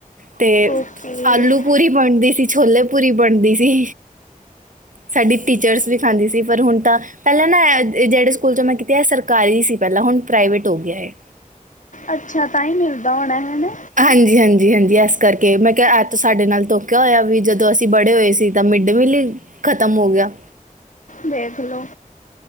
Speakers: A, on the right; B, on the left.
A: ਤੇ
B: ਓਕੇ
A: ਆਲੂ ਪੂਰੀ ਬਣਦੀ ਸੀ, ਛੋਲੇ ਪੂਰੀ ਬਣਦੀ ਸੀ। ਸਾਡੀ ਟੀਚਰਸ ਵੀ ਖਾਂਦੀ ਸੀ, ਪਰ ਹੁਣ ਤਾਂ, ਪਹਿਲਾਂ ਨਾ ਤੇ ਜਿਹੜੇ ਸਕੂਲ ਮੈਂ ਕੀਤੀ ਇਹ ਸਰਕਾਰੀ ਸੀ ਪਹਿਲਾਂ, ਹੁਣ ਪ੍ਰਾਈਵੇਟ ਹੋ ਗਿਆ ਇਹ
B: ਅੱਛਾ, ਤਾਂ ਹੀ ਮਿਲਦਾ ਹੋਣਾ ਹੈਨਾ,
A: ਹਾਂਜੀ, ਹਾਂਜੀ, ਹਾਂਜੀ ਇਸ ਕਰਕੇ, ਮੈਂ ਕਿਹਾ ਐਤ ਸਾਡੇ ਨਾਲ ਧੋਖਿਆ ਹੋਇਆ ਵੀ, ਜਦੋਂ ਅਸੀਂ ਬੜੇ ਹੋਏ ਸੀ। ਤਾ ਮਿਡ ਡੇ ਮੀਲ ਹੀ ਖ਼ਤਮ ਹੋ ਗਿਆ।
B: ਦੇਖ ਲੋ